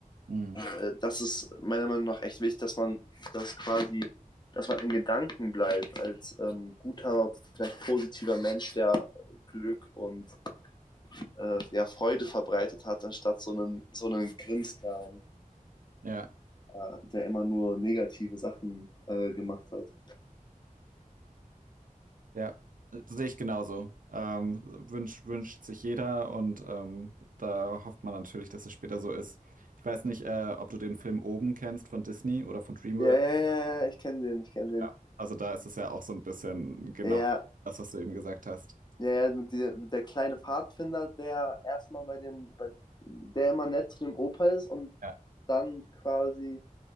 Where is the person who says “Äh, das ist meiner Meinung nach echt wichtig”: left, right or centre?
Left